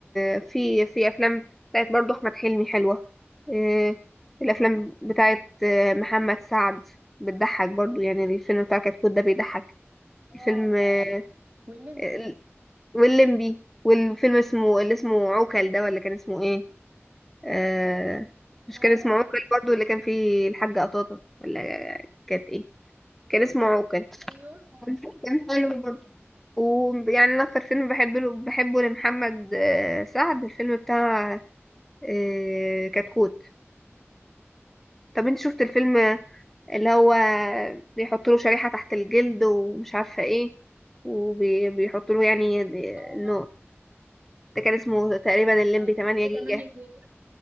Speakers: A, in the centre; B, on the right (about 45°).
A: آه، في في أفلام بتاعت برضو أحمد حلمي حلوة آه، الأفلام بتاعت آه، محمد سعد بتضحك برضو يعني الفيلم بتاع كتكوت ده بيضحك
B: اه
A: الفيلم آه،
B: واللمبي
A: ال- واللمبي والفيلم اسمه اللي اسمه عوكل ده ولا كان اسمه ايه آه، مش
B: اه
A: كان اسمه عوكل برضو اللي كان فيه الحاجة قطاطة ولا كانت ايه كان اسمه عوكل
B: أيوه هو
A: كان
B: ده
A: كان حلو برضو ويعني انا اكتر فيلم بحبه له بحبه لمحمد آه، سعد الفيلم بتاع آه، كتكوت طب انت شفت الفيلم اللي هو بيحط له شريحة تحت الجلد ومش عارفة ايه وبيحط له يعني آه،
B: اه
A: انه ده كان اسمه تقريبا الليمبي
B: اه
A: 8
B: ده حاجة
A: جيجا
B: 8 جيجا